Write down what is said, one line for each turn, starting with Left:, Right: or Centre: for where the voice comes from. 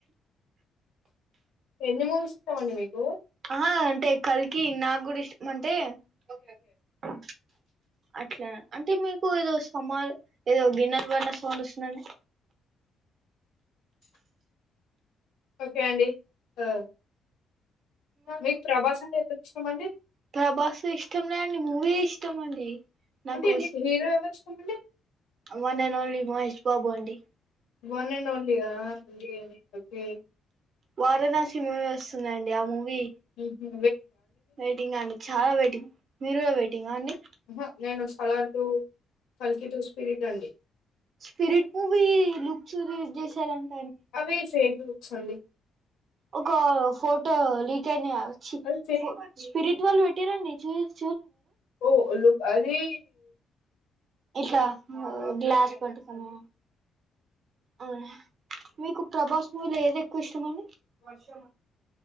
Left: ఎన్ని మూవీస్ ఇష్టమండి మీకు
Right: అహ అంటే కల్కి కి నాగూడా ఇష్టం అంటే ఓకే ఓకే అట్లా అంటే మీకు ఏదో సమార్ ఏదో గిన్నర్ వడిన సౌండ్ వస్తుందండి.
Left: ఓకే అండి ఆ మీకు ప్రభాస్ అంటే ఎందుకు ఇష్టంమండి?
Right: తబాస్ ఇష్టం లే అండి మూవీ ఇష్టం అండి. నాకు
Left: అంటే మీకు హీరో ఎవరు ఇష్టం అండి.
Right: One and only Mahesh Babu అండి.
Left: వన్ అండ్ ఓన్లీ గా అండి అని ఓకే
Right: వారణాసి మూవీ వస్తుందండి. ఆ మూవీ
Left: హుహు.
Right: వెయిటింగ్ అండి. చాలా వెయిటింగ్ మీరు కూడా వెయిటింగా అండి
Left: అహ నేను సలార్ టు కల్కి టూ స్పిరిట్ అండి.
Right: స్పిరిట్ మూవీ లుక్స్ రీడ్ చేసారండి.
Left: అవి ఫేక్ లుక్స్ అండి.
Right: ఒక ఫోటో లీక్ అయిన చి
Left: అవి
Right: ఫు స్పిరిట్ వాల్ పెట్టిరండి చూస్
Left: ఓ లు అదీ
Right: ఇట్ల ఓ గ్లాస్ పట్టుకొని ఆ మీకు ప్రభాస్ మూవీలో ఏది ఎక్కువ ఇష్టం అండి. వర్షం!